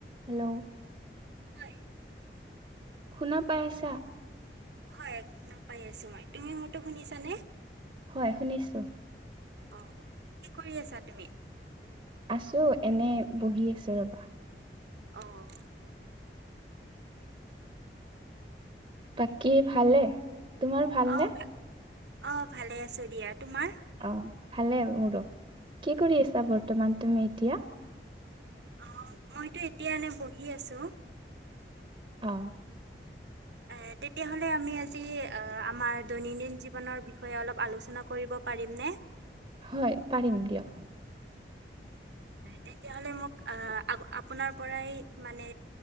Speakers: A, on the right (about 30°); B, on the right (about 80°).
A: Hello
B: <unintelligible>
A: শুনা পাই আছা?
B: হয়, একদম পাই আছো মই। তুমি মোৰটো শুনিছা নে?
A: হয় শুনিছো।
B: অ, কি কৰি আছা তুমি?
A: আছো, এনে বহি আছো ৰবা।
B: অহ
A: বাকী ভালে তোমাৰ ভালনে
B: অ ভা অ ভালে আছো দিয়া তোমাৰ
A: অ ভালে মোৰো কি কৰি আছা বৰ্তমান তুমি এতিয়া
B: অ মইতো এতিয়া এনে বহি আছো।
A: অ
B: এ তেতিয়াহ'লে আমি আজি আমাৰ দৈনন্দিন জীৱনৰ বিষয়ে অলপ আলোচনা কৰিব পাৰিম নে?
A: হয় পাৰিম দিয়া
B: তেতিয়াহলে মোক আহ আপোনাৰ পৰাই মানে